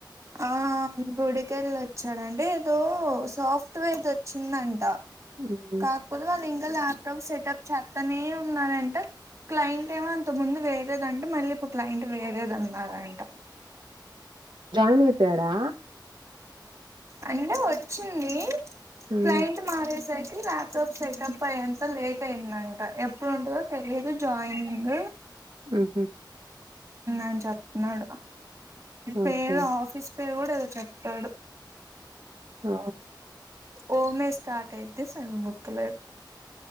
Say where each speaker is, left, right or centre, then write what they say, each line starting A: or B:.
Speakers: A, on the right; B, on the right.
A: ఆ గుడికెళ్లొచ్చా చ్చాడంటే ఏదో సాఫ్ట్వేర్ దివచ్చిందంట
B: మ్మ్.
A: కాకపోతే వాళ్ళ ఇం ఇంకా ల్యాప్టాప్ సెటప్ చేస్తనే ఉన్నారంట క్లయింట్ ఏమో అంతకు ముందు వేరేదంటె మళ్ళీ ఇప్పుడు క్లయింట్ వేరేదన్నారంట
B: జాయిన్ అయిపోయాడా
A: అంటే వచ్చింది
B: మ్మ్.
A: క్లయింట్ మారేసై కి ల్యాప్టాప్ సెటమ్ అయంత లేట్ అయిందంట ఎప్పుడు ఉంటదో తెలియదు జాయినింగ్
B: ఉహు
A: అని చెప్న్నాడు పేరు
B: ఓకే
A: ఆఫీస్ పేరు కూడా ఏదో చెప్పాడు
B: ఆ
A: ఓమె స్టార్ట్ అయిది సగం గుర్తులేదు